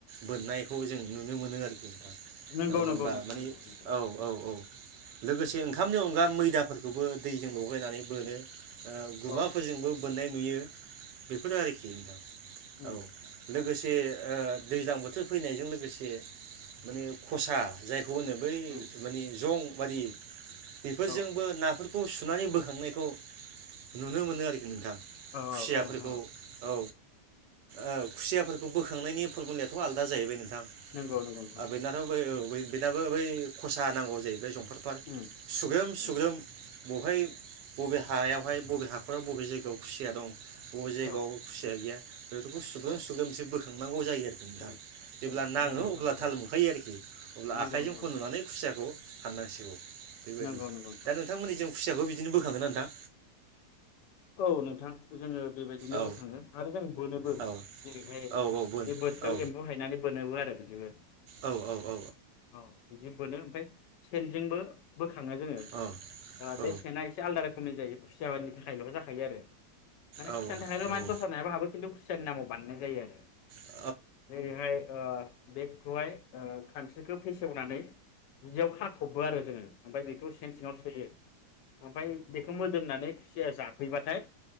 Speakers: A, on the right; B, on the left.
A: बोननायखौ जों नुनो मोनो आरोखि ओ
B: नंगौ
A: होमबा
B: नंगौ नोंथां
A: मानि
B: नंगौ नंगौ
A: औ औ औ लोगोसे ओंखामनि अनगा मैदाफोरखौबो दैजों लगायनानै बोनो। ओ गुमाफोरजोंबो
B: औ
A: बोननाय नुयो। बेफोरो आरोखि नोंथां
B: उम
A: औ लोगोसे ओ दैज्लां बोथोर फैनायजों लोगोसे माने खसा जाय खौ होनो बै
B: उम
A: माने जं बादि बेफोरजोंबो
B: औ
A: नाफोर खौ सुनानै बोखांनायखौ नुनो मोनो आरोखि नोंथां।
B: औ
A: खुसियाफोरखौ
B: औ नोंथां औ
A: औ ओ खुसियाफोरखौ बोखांनायनि फरमुुलियाथ आलदा जाहैबाय नोंथां।
B: नंगौ नंगौ नोंथां
A: आ बैनाथ बै औ बै बेनाबो बै खसा नांगौ जाहैबाय जं फार फार
B: उम
A: सुग्रोम
B: उम
A: सुग्रोम बहाय बबे हायावहाय बबे हाखरा बबे जायगायाव खुसिया दं बबे जायगायाव
B: औ
A: खुसिया गैया बेफोरखौ सुब्रोम
B: औ
A: सुब्रोमसो बोख <unintelligible> गौ जायो आरोखि नोंथां
B: उम
A: जेब्ला
B: उम
A: नाङो
B: नंगौ नोंथां
A: अब्ला
B: नंगौ
A: थाल मोनखायो आरोखि अब्ला
B: नंगौ
A: आखाइजों
B: नंगौ
A: खन'नानै
B: नोंथां
A: खुसियाखौ फाननांसिगौ। बेबायदि
B: नंगौ नंगौ नोंथां
A: दा नोंथांमोननि
B: नंगौ
A: जों खुसियाखौ बि दिनो बोखाङो ना नोंथां?
B: औ नोंथां जोङो बेबायदिनो
A: औ
B: बोखाङो आरो जों बोनोबो।
A: औ
B: जेरैहाय
A: औ औ बोन
B: बे बोरसियाव
A: औ
B: एम्बु हायनानै बोनोबो आरो बिदिबो।
A: औ औ औ
B: औ बिदि बोनो ओमफाय सेनजोंबो बोखाङो जोङो
A: औ
B: ओ
A: औ
B: बे सेना एसे आल रोखोमनि जायो खुसिया बादि हायल' जाखायो आरो। माने खुसियानि
A: औ
B: थाखायाल'
A: नंगौ
B: माने दस्रा नायाबो हाबो खिन्थु खुसियानि नामाव बानायनाय जायो आरो
A: औ आदसा औ आदसा औ
B: जेरैहाय ओ बेखौहाय ओ खानस्रिखौ फेसेवनानै जियाव खाथ'बो आरो जोङो ओमफाय बेखौ सेन सिङाव सोयो ओमफाय बेखो मोदोमनानै <unintelligible> फैबाथाय